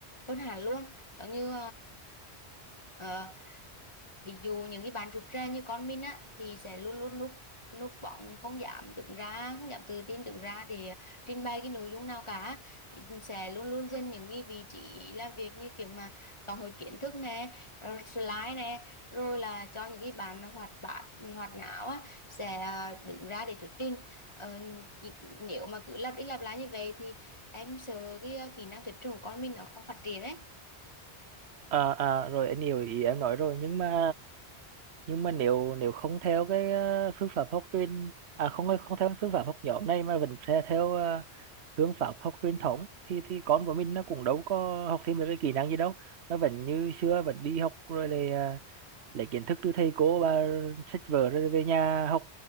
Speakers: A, on the left; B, on the right.
A: hơn hẳn luôn giống như um, ví dụ những cái bạn rụt rè như con mình á thì sẽ luôn luôn núp núp bóng không dám đứng ra không dám tự tin đứng ra để trình bày cái nội dung nào cả sẽ luôn luôn dành những cái vị trí làm việc như kiểu mà tổng hợp kiến thức nè rồi slide nè rồi là cho những cái bạn hoạt bát hoạt não á sẽ ờ, đứng ra để thuyết trình ờ, nếu mà cứ lặp đi lặp lại như vậy thì em sợ cái ờ, kỹ năng thuyết trình của con mình nó không phát triển đấy
B: À, à rồi anh hiểu ý em nói rồi nhưng mà nhưng mà nếu nếu không theo cái ờ, phương pháp học truyền à không không theo cái phương pháp học nhóm này mà vẫn theo, theo ờ, phương pháp học truyền thống thì thì con của mình nó cũng đâu có học thêm được cái kỹ năng gì đâu nó vẫn như xưa vẫn đi học rồi lại ờ, lấy kiến thức từ thầy cô và sách vở rồi về nhà học